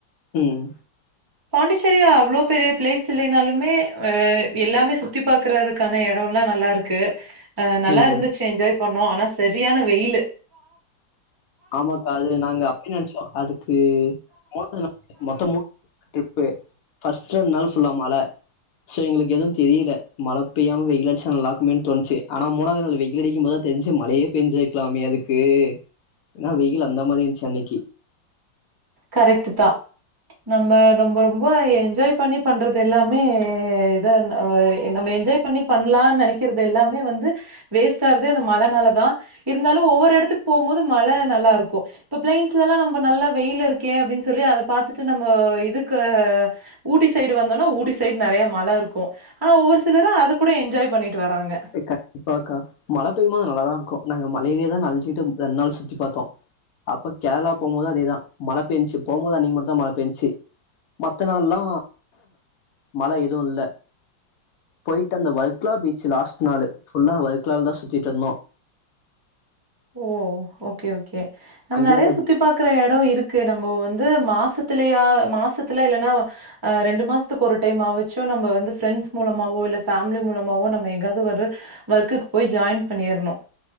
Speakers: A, on the left (about 60°); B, on the right (about 25°).
A: ம்
B: பாண்டிச்சேரியா அவ்ளோ பெரிய பிளேஸ் இல்லைனாலுமே அ எல்லாமே சுத்தி பாக்குறதுக்கான எடோல்லா அ நல்லா இருக்கு அ நல்லா
A: ம்
B: இருந்துச்சு என்ஜாய் பண்ணோ ஆனா செரியான வெயிலு
A: ஆமாக்கா அது நாங்க அப்பின் நென்ச்சோ அதுக்கு <unintelligible> ட்ரிப்பு ஃபர்ஸ்ட் ரெண்ட் நாள் ஃபுல்லா மழ சோ எங்களுக்கு எதுவும் தெரில மழை பெய்யாம வெயில் அடிச்சா நல்லாக்குமே தோண்ச்சு ஆனா மூனாவது நாள் வெகில் அடிக்கும் போ தா தெரிஞ்சு மழையே பெஞ்சுக்குலாமே அதுக்கு ஏன்னா வெயில் அந்த மாரி இருந்ச்சு அன்னைக்கி
B: கரெக்ட்டு தா நம்ப ரொம்போ ரொம்போ என்ஜாய் பண்ணி பண்றது எல்லாமே இத ஆ இன்னம்மே என்ஜாய் பண்ணி பண்லான்னு நெனைக்கிறது எல்லாமே வந்து வேஸ்ட் ஆற்தே அந்த மழை னால தா இருந்தாலு ஒவ்வொரு இடத்துக் போம் போது மழை நல்லா இருக்கும் இப்ப பிளைன்ஸ்லல்லா நம்ப நல்லா வெயில் இருக் கே அப்புடின்னு சொல்லி அத பாத்துட்டு நம்ப இதுக்கு ஊட்டி சைடு வந்தோன்னா ஊட்டி சைடு நறையா மழை இருக் கூ ஆனா ஒவ்வொரு சிலரும் அது கூட என்ஜாய் பண்ணிட்டு வராங்க
A: ட்டு கண்டிப்பாக்கா மழை பெய்யுது நல்லாதா இருக்கும் நாங்க மழையிலே தா நலஞ்சுட்டு ம் ரெண்ட் நாள் சுத்தி பாத்தோ அப்ப கேரளா போம் போதும் அதேதா மழை பெஞ்ச்சு போம்போது அன்னிக்கி மட்டூ தா மழ பெஞ்ச்சு மத்த நாள்ல்லா மழை எதுவு இல்ல போயிட்டு அந்த வல்ப்லா பீச் லாஸ்ட் நாலு ஃபுல்லா வல்க்கலால் தா சுத்திட்ருந்தோ
B: ஓ ஓகே ஓகே நம்ம
A: அங்கயே
B: நறைய
A: அந்த
B: சுத்தி பாக்குற எடோ இருக்கு நம்போ வந் து மாசத்தலய மாசத்துல இல்லன்னா அ ரெண்டு மாசத்துக்கு ஒரு டைம் ஆவுச்சும் நம்ப வந்து ஃபிரெண் ஸ் மூலமாவோ இல்ல ஃபேமிலி மூலமாவோ நம்ம எங்காவது ஒரு வர்க்குக்கு போய் ஜாயின் பண்ணிற்ணூ